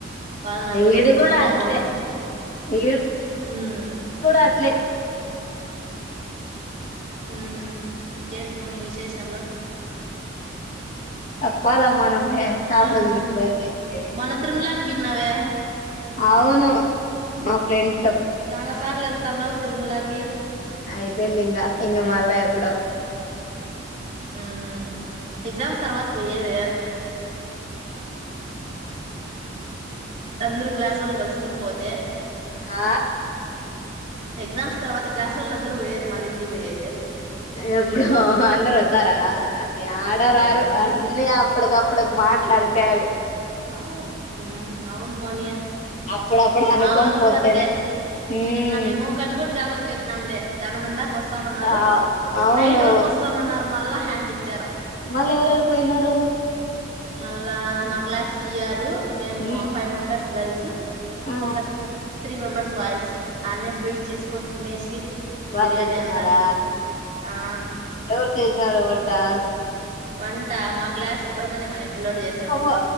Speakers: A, on the right; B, on the left.
A: వాళ్ళు నలుగురు
B: ఈడు
A: ఎనిమిది
B: కూడా
A: మంది
B: అట్లే
A: ఏమో ఉండం
B: ఈడు
A: ఉమ్
B: ఈ కూడా అట్లే
A: ఉ ఇంకేంటి మౌని విశేషాలు
B: పోల మనం ఏ
A: చెప్పాలి
B: నాలుగు రోజులకే
A: మౌని
B: ఫోన్ చేస్తే
A: మొన్న తిరుమలాకి బిన్నావే
B: అవును మా ఫ్రెండ్
A: చాలా సార్లు ఎల్ తాన్నావ్ తిరుమలకి
B: అయిపోయింది ఇంగ ఇంగ మల్ల ఎప్పుడో
A: ఉమ్ ఎగ్జామ్స్ తర్వాత పోయేది. అందరూ క్లాసొల్లు కలుసుకొని పోతే
B: ఆ
A: ఎగ్జామ్స్ తర్వాత క్లాసొల్లు అందరూ పోయేది మళ్ళీ ఇంటికి పోయేది.
B: ఎప్పుడో అందరు వతారా ఏడ రారు
A: ఏమో
B: అన్ని అప్ప అప్పటికప్పడుకి మాటలు అంతే అవి
A: అవు అవున్ మోని
B: అప్పుడప్పుడు అనుకొని
A: మా వాళ్ళు
B: పోతేనే
A: కూడా అంతే
B: ఉమ్
A: నిన్నమేమో కన్పూర్ జాతరకిలీనామ్ లే చనమంది దా వస్తామన్నారు
B: ఆ అవును
A: నైట్ వర్కు వస్తామన్నారు మళ్ళా హ్యాండ్చ్చారు
B: మళ్ళీ ఎవరెరు పోయినారు
A: మళ్ళా మా క్లాస్ సియారు మేము
B: ఉమ్
A: ఫైవ్ మెంబర్స్ గల్స్
B: ఆ
A: ఒక త్రీ మెంబర్స్ బాయ్స్ ఆడ్నే పోయి చేసుకొని తినేసి
B: బాగా
A: బిర్యానీ
B: చేసుకున్నారా
A: అంతా ఆ
B: ఎవరు చేసార వంటా
A: వంట మాగ్లా సుబ్రహమణ్యం మానే పిల్ల్లోడు చేసాడు
B: అబ్బో